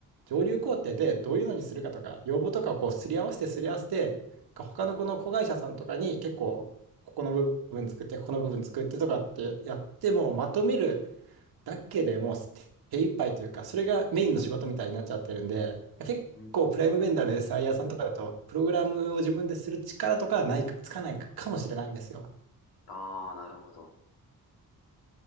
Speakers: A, on the right (about 80°); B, on the left (about 85°).
A: 上流工程でどういうのにするかとか、要望とかをこうすり合わせてすり合わせて、他のこの子会社さんとかに結構、ここの部分作って、ここの部分作ってとかってやってもまとめるだけでもう手一杯というか、それがメインの仕事みたいになっちゃってるんで、結構プライムベンダーの
B: うん
A: SIR さんとかだと、プログラムを自分でする力とかはない、つかないかもしれないんですよ。
B: ああ、なるほど。